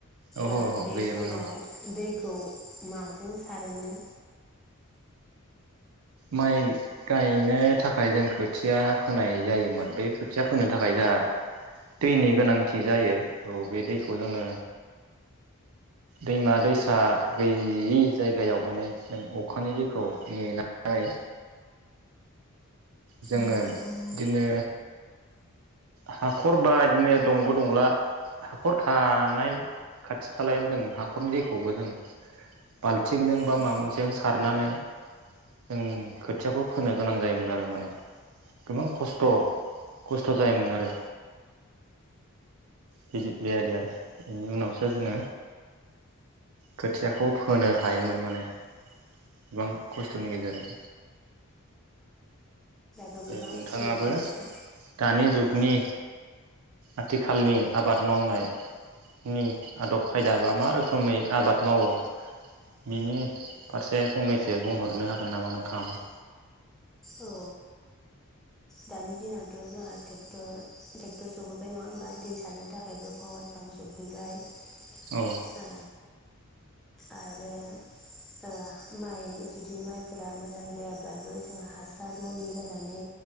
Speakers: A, on the right (about 75°); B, in the centre.
A: ओहो
B: ओ
A: ओहो
B: बे
A: गैयामोन
B: समाव
A: औ
B: दैखौ माजों सारोमोन?
A: माइ गायनो थाखाय जों खोथिया फोनाय जायोमोन बे खोथिया फोनो थाखाय जाहा दैनि गोनांथि जायो औ बे दैखौ जोङो दैमा दैसा गैयि जायगायाव माने जों अखानि दैखौ नेना हाय जोङो
B: औ
A: बिदिनो
B: उम
A: हाखर बा इदिनो दंग' दंला हाखर थानाय खाथि खालायाव जों हाखरनि दैखौबो जों बालथिंजों
B: दाथ'
A: बा माबा मोनसेजों सारनानै जों खोथियाखौ फोनो गोनां जायोमोन आरो माने गोबां खस्थ' खस्थ' जायोमोन आरो बि-बेबायादि आरो इनि उनावसो जोङो खोथियाखौ फोनो हायोमोन माने गोबां खस्थ'नि गेजेरजों।
B: गोबां
A: दे नोंथाङाबो
B: सोलायबोबायना
A: दानि जुग नि आथिखालनि आबाद मावनाय नि आदब खायदा बा मा रोखोमै आबाद मावो बिनि फारसे फंनैसो बुंहरनो हागोन नामा नोंथाङाबो।
B: औ दानि दिनावथ' जोंहा टेक्टर टेक्टर सफैबाय नङा होमबा? दै सारनो थाखायबो पावार पाम्प सफैबाय। <inaudible>
A: औ
B: ओ आरो ओ माइ जुदि माइफोरा मोजां जाया ब्लाबो जों हास सार मुलि होनानै